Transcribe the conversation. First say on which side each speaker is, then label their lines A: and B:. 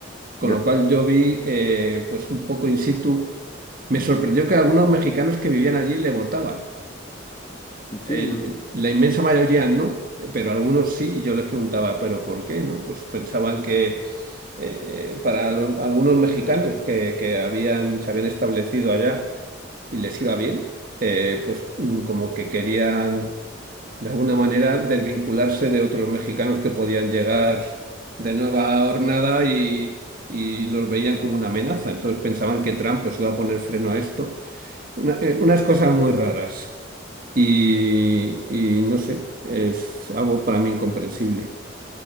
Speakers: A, on the right (about 50°); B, on the left (about 25°).
A: con
B: Ya,
A: lo cual yo vi eh, pues un poco in situ. Me sorprendió que algunos mexicanos que vivían allí le votaban. El-
B: sí, ¿no?
A: la inmensa mayoría no, pero algunos sí. Y yo les preguntaba, ¿pero por qué? ¿No? Pues pensaban que eh, para lo- algunos mexicanos que, que habían, se habían establecido allá y les iba bien, eh, pues mm, como que querían de alguna manera desvincularse de otros mexicanos que podían llegar de nueva hornada y, y los veían como una amenaza. Entonces pensaban que Trump pues, iba a poner freno a esto. Una- eh, unas cosas muy raras. Y, y no sé, es algo para mí incomprensible.